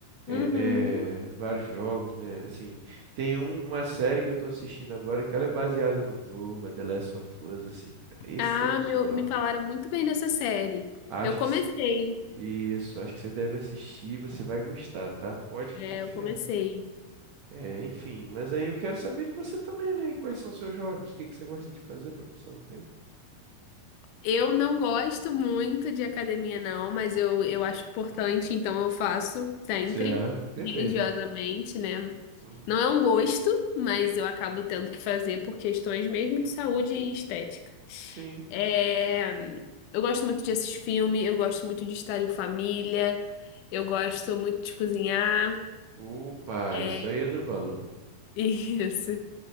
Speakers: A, on the left; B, on the right.
A: Uhum.
B: é, é, vários jogos, né? Assim, tem um- uma série que eu tô assistindo agora que ela é baseada num jogo, a The Last of Us, assim, excepcional.
A: Ah, meu, me falaram muito bem dessa série.
B: Acho
A: Eu comecei,
B: que Isso, acho que você deve assistir, você vai gostar, tá? Pode
A: é,
B: confiar.
A: eu comecei.
B: É, enfim, mas aí eu quero saber de você também, né? Quais são seus hobbies? O que que você gosta de fazer para passar o tempo?
A: Eu não gosto muito de academia, não, mas eu, eu acho importante, então eu faço sempre,
B: Certo, perfeito.
A: religiosamente, né?
B: Uhum.
A: Não é um gosto, mas eu acabo tendo que fazer por questões mesmo de saúde e estética.
B: Sim.
A: É, Eu gosto muito de assistir filme, eu gosto muito de estar em família, eu gosto muito de cozinhar.
B: Opa,
A: É,
B: isso aí é do valor.
A: <laughs> isso.